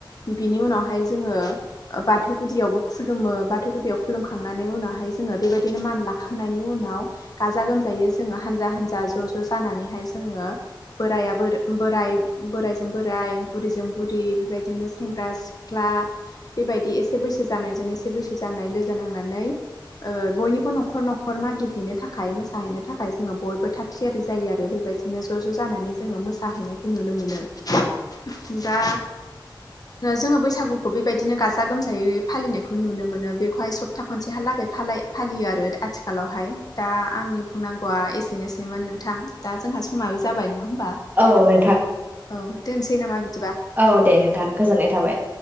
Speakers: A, on the left; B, on the right.
A: बिनि उनावहाय जोंङो बाथौ गुदियावबो खुलुमो बाथौ गुदियाव खुलुमख खांनायनि उनावहाय जोंङो बेबायदिनो मान लाखांनायनि उनाव गाजा गोमजायै जोंङो हानजा हानजा ज' ज' जानानैहाय जोंङो बोराइ बोराय बोरायजों बोराइ बुरिजों बुरि बेबायदिनो सेंग्रा सिख्ला बेबायदि एसे बैसो जानायजों एसे बैसो जानाय लोगो नांनानै ओ बयनिबो न'खर न'खर मागिहैनो थाखाय हाय मोसाहैनो थाखाय जोंङो बयबो थाग थियारि जायो आरो बेबायदिनो ज' ज' जानानै जोंङो मोसाहैनायखौ नुनो मोनो। मोनो दा जोंङो बैसागुखौ बेबायदिनो गाजा गोमजायै फालिनायखौ नुनो मोनो बेखौहाय सब था खनसेहालागै फालियो आरो आथिखालावहाय। दा आंनि बुंनांगौआ एसेनोसैमोन नोंथां दा जोंहा समायाबो जाबाय। होमबा
B: औ नोंथां
A: औ दोनसै नामा बिदि
B: औ दे नोंथां गोजोननाय थाबाय।